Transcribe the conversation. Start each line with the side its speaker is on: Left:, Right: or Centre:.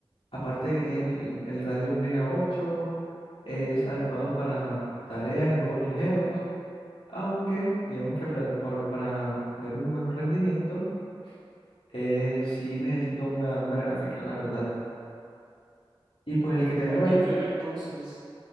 Left: Aparte de que tiene el, el Radeon Vega ocho es adecuado para tareas y juegos ligeros, aunque digamos que para, para para tener un mejor rendimiento Eh, sí necesito una, una gráfica, la verdad. Y pues el que tengo
Right: Ah,
Left: ahí,
Right: Ya creo que entonces